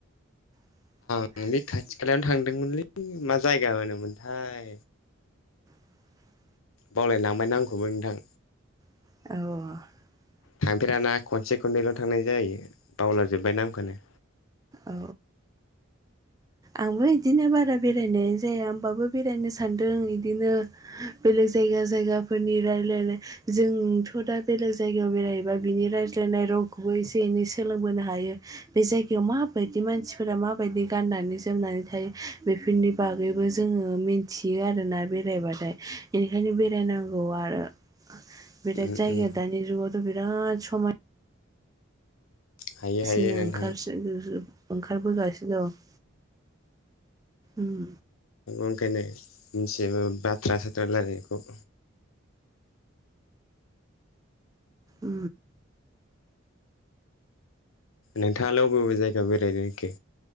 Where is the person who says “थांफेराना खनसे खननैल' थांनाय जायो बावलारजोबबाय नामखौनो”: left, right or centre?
Left